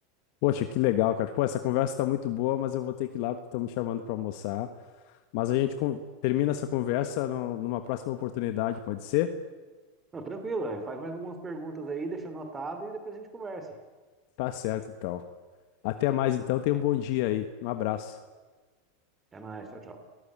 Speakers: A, on the left; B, on the right.
A: Poxa, que legal, cara. Pô, essa conversa tá muito boa, mas eu vou ter que ir lá porque estão me chamando pra almoçar. Mas a gente con- termina essa conversa no- numa próxima oportunidade, pode ser?
B: Não, tranquilo, é, faz mais algumas perguntas aí, deixa anotado e depois a gente conversa.
A: Tá certo, então. Até mais então, tenha um bom dia aí. Um abraço.
B: Até mais, tchau, tchau.